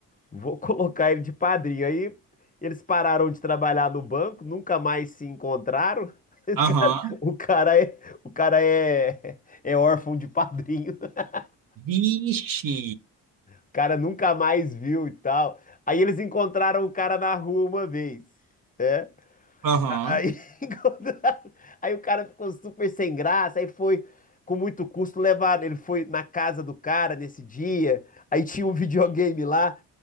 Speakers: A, on the left (about 20°); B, on the right (about 50°).
A: Vou <laughs> colocar ele de padrinho. Aí eles pararam de trabalhar no banco, nunca mais se encontraram. <laughs>
B: aham.
A: O cara é, o cara é, é órfão de padrinho. <laughs>
B: Vixe,
A: O cara nunca mais viu e tal. Aí eles encontraram o cara na rua uma vez. É.
B: aham,
A: Aí, <laughs> encontraram- aí o cara ficou super sem graça, aí foi com muito custo levar, ele foi na casa do cara nesse dia, aí tinha um <laughs> videogame lá,